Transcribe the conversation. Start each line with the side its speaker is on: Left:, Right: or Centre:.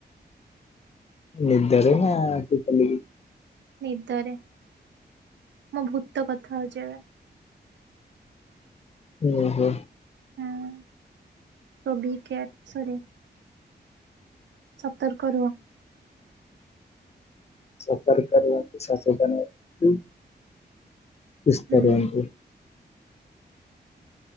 Left: ନିଦରେ ନାଁ ଆଖି ଖୋଲିକି?
Right: ନିଦରେ। ମୋ ଭୂତ କଥା ହଉଚି ଏବେ।
Left: ଓହୋ।
Right: ହଁ ସୋ ବି କେୟା ସରି। ସତର୍କ ରୁହ।
Left: ସତର୍କ ରୁହନ୍ତୁ। ସଚେତନ ନ୍ତୁ। ସୁସ୍ଥ
Right: ହୁଁ
Left: ରୁହନ୍ତୁ।